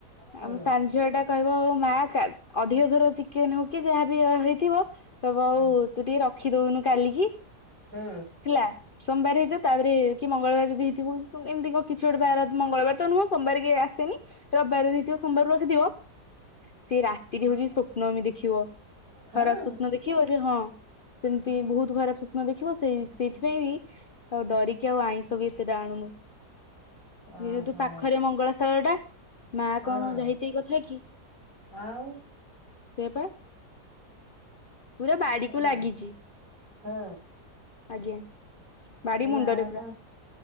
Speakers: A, on the right (about 55°); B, on the left (about 40°).
A: ହୁଁ
B: ଆମ ସାନ୍ ଝିଅଟା କହିବ ଆଉ ମା ଖା ଅଧିକ ଥର ଚିକେନ ହଉ କି ଯାହାବି ହେଇଥିବ କଇବ
A: ହୁଁ
B: ଆଉ ତୁ ଟିକେ ରଖିଦଉନୁ କାଲିକି
A: ହୁଁ
B: ହେଲା ସୋମବାର ତାପରେ କି ମଙ୍ଗଳବାର ଯଦି ହେଇଥିବ ଏମିତି କ କିଛି ଗୋଟେ ବା ମଙ୍ଗଳବାର ତ ନୁହଁ ସୋମାର କି ଆସେନି ରବିବାର ଦେଇଥିବ ସୋମବାରରୁ ରଖିଥିବ ସେ ରାତିରେ ହଉଛି ସ୍ୱପ୍ନମି଼ ଦେଖିବ
A: ହଁ
B: ଖରାପ ସ୍ୱପ୍ନ ଦେଖ ଦେଖିବ ଯେ ହଁ ସେମତି ବହୁତ ଖରାପ ସ୍ୱପ୍ନ ଦେଖିବ ସେଇ ସେଇଥିପାଇଁ ବି ଆଉ ଡରିକି ଆଉ ଆଇଁଷ ବି ଏତେଟା ଆଣୁନୁ
A: ଓହୋ
B: ଯେହେତୁ ପାଖରେ ମଙ୍ଗଳାଶାଳ ଟା ମା
A: ହଁ
B: କଣ ଯାହିଁତଇ କଥା କି
A: ଆଉ
B: ସେପେ ପୁରା ବାଡିକୁ
A: ଏ ମା
B: ଲାଗିଛି
A: ହଁ
B: ଆଜ୍ଞା
A: ସେ
B: ବାଡି
A: ମା
B: ମୁଣ୍ଡରେ ପୁରା
A: ତ